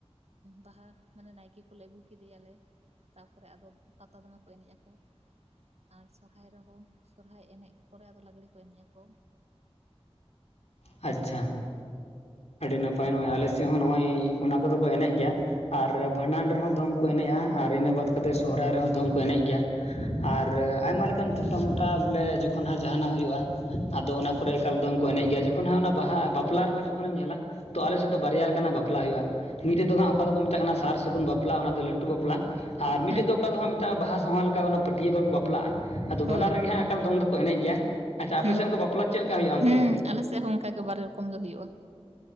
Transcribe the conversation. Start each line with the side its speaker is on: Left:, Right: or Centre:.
Right: ᱵᱟᱦᱟ ᱢᱟᱱᱮ ᱱᱟᱭᱠᱮ ᱠᱚᱞᱮ ᱟ. ᱜᱩ ᱠᱮᱫᱮᱭᱟᱞᱮ ᱛᱟᱯᱚᱨᱮ ᱟᱫᱚ ᱯᱟᱛᱟ ᱫᱚᱢᱮ ᱠᱚ ᱮᱱᱮᱡ ᱟᱠᱚ᱾ ᱟᱨ ᱥᱚᱨᱦᱟᱭ ᱨᱮᱦᱚᱸ ᱥᱚᱨᱦᱟᱭ ᱮᱱᱮᱡ ᱯᱚᱨᱮ ᱟᱫᱚ ᱞᱟᱜᱽᱲᱮ ᱠᱚ ᱮᱱᱮᱡ ᱟᱠᱚ
Left: ᱟᱪᱪᱷᱟ ᱟᱹᱰᱤ ᱱᱟᱯᱟᱭ ᱱᱚᱜᱼᱚᱸᱚᱭ ᱟᱞᱮ ᱥᱮᱫ ᱦᱚᱸ ᱱᱚᱜᱼᱚᱭ ᱚᱱᱟ ᱠᱚᱫᱚ ᱠᱚ ᱮᱱᱮᱡ ᱜᱮᱭᱟ᱾ ᱟᱨ ᱵᱷᱟᱸᱰᱟᱱ ᱨᱮᱦᱚᱸ ᱫᱚᱝᱼᱼ ᱠᱚ ᱮᱱᱮᱡᱼᱟ ᱟᱨ ᱤᱱᱟᱹ ᱵᱟᱫ ᱠᱟᱛᱮ ᱥᱚᱦᱚᱨᱟᱭ ᱨᱮᱦᱚᱸ ᱫᱚᱝ ᱠᱚ ᱮᱱᱮᱡ ᱜᱮᱭᱟ ᱟᱨ ᱟᱭᱢᱟ ᱞᱮᱠᱟᱼᱼ ᱚᱱᱠᱟᱱ ᱴᱷᱳᱚᱴᱟ ᱢᱚᱴᱟ ᱵᱚᱞᱮ ᱡᱚᱠᱷᱚᱱ ᱦᱟᱸᱜ ᱡᱟᱦᱟᱱᱟᱜ ᱦᱩᱭᱩᱜᱼᱟ ᱟᱫᱚ ᱚᱱᱟ ᱠᱚᱨᱮ ᱮᱠᱟᱞ ᱫᱚᱝ ᱠᱚ ᱮᱱᱮᱡ ᱜᱮᱭᱟ᱾ ᱡᱚᱠᱷ ᱦᱟᱸᱜ ᱚᱱᱟ ᱵᱟᱦᱟ ᱚᱱᱟ ᱵᱟᱯᱞᱟ ᱨᱮᱚᱸ ᱡᱚᱠᱷᱚᱱᱮᱢ ᱧᱮᱞᱟ ᱛᱚ ᱟᱞᱮ ᱥᱮᱫ ᱫᱚ
Right: ᱦᱮᱸ
Left: ᱵᱨᱭᱟ ᱞᱮᱠᱟᱱᱟᱜ ᱵᱟᱯᱼᱼ ᱵᱟᱯᱞᱟ ᱦᱩᱭᱩᱜᱼᱟ ᱢᱤᱫᱴᱮᱡ ᱫᱚ ᱦᱟᱸᱜ ᱚᱠᱟ ᱫᱚᱠᱚ ᱢᱮᱛᱟᱜ ᱠᱟᱱᱟ ᱥᱟᱨ ᱥᱟᱹᱜᱩᱱ ᱵᱟᱯᱞᱟ ᱚᱱᱟᱫᱚ ᱞᱟᱹᱴᱩ ᱵᱟᱯᱞᱟ ᱟᱨ ᱢᱤᱫᱴᱮᱡ
Right: ᱦᱮᱸ
Left: ᱫᱚ ᱚᱠᱟ ᱫᱚ ᱦᱟᱸᱜ ᱢᱮᱛᱟᱜ ᱢᱮ ᱵᱟᱦᱟ ᱥᱟᱣᱟ ᱞᱮᱠᱟ ᱚᱱᱟ᱾ <unintelligible> ᱠᱚᱨᱮ ᱠᱚ ᱵᱟᱯᱞᱟᱜᱼᱟ ᱟᱫᱚ
Right: ᱦᱳᱭ
Left: ᱵᱟᱱᱟᱨ ᱨᱮᱜᱮ
Right: ᱦᱳᱭ
Left: ᱦᱟᱸᱜ ᱟᱠᱟᱞ ᱫᱚᱝ ᱫᱚᱠᱚ ᱮᱱᱮᱡ ᱜᱮᱭᱟ᱾ ᱟᱪᱪᱷᱟ ᱟᱯᱮ
Right: ᱦᱩᱸ
Left: ᱥᱮᱫ ᱚᱱᱠᱟ ᱵᱟᱯᱞᱟ ᱪᱮᱫ ᱞᱮᱠᱟ ᱦᱩᱭᱩᱜᱼᱟ ᱚᱱᱛᱮ?
Right: ᱦᱩᱸ ᱟᱞᱮ ᱥᱮᱫ ᱦᱚᱸ ᱚᱱᱠᱟ ᱜᱮ ᱵᱟᱨ ᱨᱚᱠᱚᱢ ᱜᱮ ᱦᱩᱭᱩᱜᱼᱟ